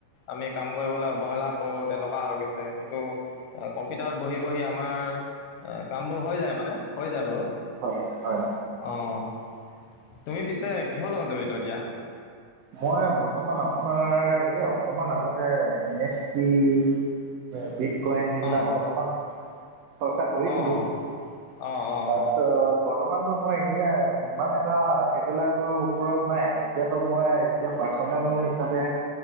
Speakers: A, on the left; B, on the right.
A: আমি কাম কৰিবলৈ অৱহেলা কৰো তেনেকুৱা হৈ গৈছে, কিন্তু কম্পিউটাৰ বহি বহি আমাৰ কামবোৰ হৈ যায় মানে হৈ যায় বাৰু।
B: হয় হয়।
A: অঁ তুমি পিছে কিহৰ লগত জড়িত এতিয়া?
B: মই বৰ্তমান আপোনাৰ এই অকমান আগতে এন এছ টি অ বি ক্লাইন সেইবিলাকত
A: অঁ
B: অকমান চৰ্চা কৰিছিলোঁ,
A: অঁ অঁ অঁ
B: তাৰপিছত বৰ্তমানতো মই এতিয়া ইমান এটা সেইবিলাকৰ ওপৰত নাই, এতিয়াতো মই এতিয়া পাৰ্চনেল হিচাপে